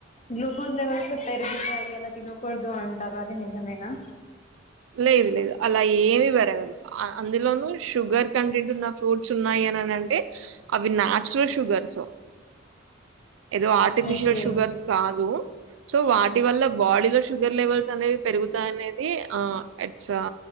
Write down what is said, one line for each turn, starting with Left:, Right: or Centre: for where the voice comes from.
Left: గ్లూకోజ్ లెవెల్స్ పెరుగుతాయి అలా తినకూడదు అంటారు అది నిజమేనా
Right: లేదు లేదు అలా ఏమి పెరగదు అందులోను షుగర్ కంటెంట్ ఉన్న ఫ్రూట్స్ ఉన్నాయి ఉనాయి అంటే అవి నాచురల్ షుగర్స్ ఏదో ఆర్టిఫిషియల్
Left: ఓకే
Right: షుగర్స్ కాదు సో వాటి వల్ల బాడీ లో షుగర్ లెవెల్స్ అనేవి పెరుగుతాయి అనేది ఆ ఇట్స్ ఏ